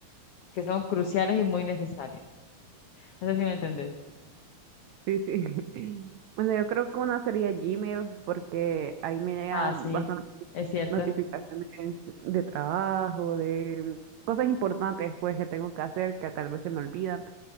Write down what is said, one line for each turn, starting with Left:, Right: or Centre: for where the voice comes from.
Left: que son cruciales y muy necesarias. No sé si me entendés.
Right: Sí, sí. <laughs> Bueno, yo creo que una sería Gmail porque ahí me llegan
Left: Ah, sí, es cierto.
Right: notificaciones de trabajo, de cosas importantes pues que tengo que hacer que tal vez se me olvidan,